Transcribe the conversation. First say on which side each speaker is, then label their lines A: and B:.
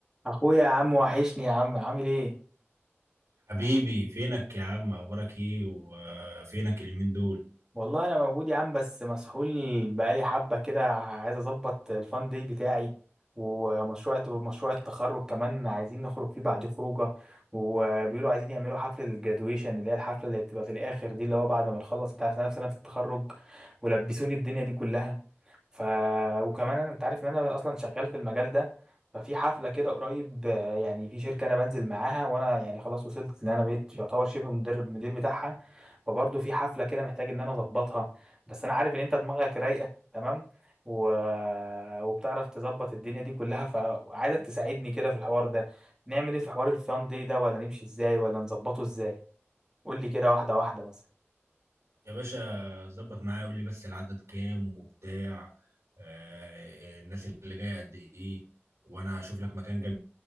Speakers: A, on the right; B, on the right.
A: اخويا يا عم وحشني يا عم عامل ايه
B: حبيبي فينك يا عم اخبارك ايه وفينك اليومين دول
A: والله انا موجود يا عم بس مسحول بقالي حبه كده عايز اظبط الفان داي بتاعي ومشروع ومشروع التخرج كمان عايزين نخرج فيه بعد خروجه وبيقولوا عايزين يعملوا حفله الجرادويشن اللي هي الحفله اللي بتبقى في الاخر دي اللي هو بعد ما بنخلص انت عارف إن أنا في سنه التخرج ولبسوني الدنيا دي كلها ف وكمان انا انت عارف ان انا اصلا شغال في المجال ده ففي حفله كده قريب آه، يعني في شركه انا بنزل معاها وانا يعني خلاص وصلت ان انا بقيت يعتبر شبه مدرب مدير بتاعها فبرضه في حفله كده محتاج ان انا اظبطها بس انا عارف ان انت دماغك رايقه تمام و... وبتعرف تظبط الدنيا دي كلها فعايزك تساعدني كده في الحوار ده نعمل ايه في حوار الفان دي ده ولا نمشي ازاي ولا نظبطه ازاي قول لي كده واحده واحده مثلا
B: يا باشا ظبط معايا قول لي بس العدد كام وبتاع آه، الناس اللي جايه قد ايه وانا هشوف لك مكان جامد